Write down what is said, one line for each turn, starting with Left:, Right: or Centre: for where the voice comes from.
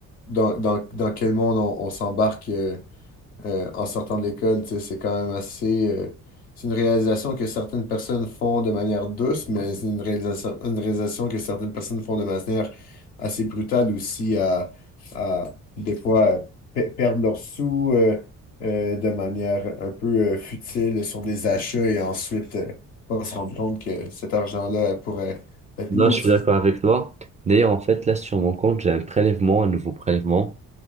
Left: dans, dans, dans quel monde on, on s'embarque. euh, euh, en sortant de l'école. Tu sais, c'est quand même assez. euh, c'est une réalisation que certaines personnes font de manière douce, mais c'est une réalisation, une réalisation que certaines personnes font de manière assez brutale aussi à, à des fois euh, pe- perdre leurs sous euh, euh, de manière un peu euh, futile sur des achats et ensuite euh, pas se rendre compte que cet argent-là pourrait être
Right: Non,
Left: mieux
Right: je
Left: utilisé.
Right: suis d'accord avec toi. D'ailleurs, en fait, là, sur mon compte, j'ai un prélèvement, un nouveau prélèvement,